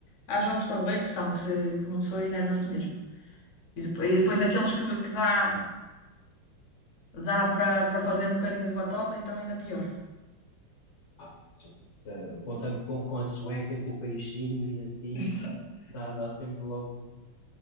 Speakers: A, on the left; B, on the left.
A: Há jogos de tabuleiro que são que, se, que uma pessoa enerva-se mesmo. E depo-
B: Sim,
A: e depois, aqueles que, que dá, dá para para fazer um bocadinho de batota, então ainda pior.
B: Ah, sim. Eh, Contando com, com a sueca, com o peixinho e assim,
A: <laughs>
B: dá, dá sempre logo,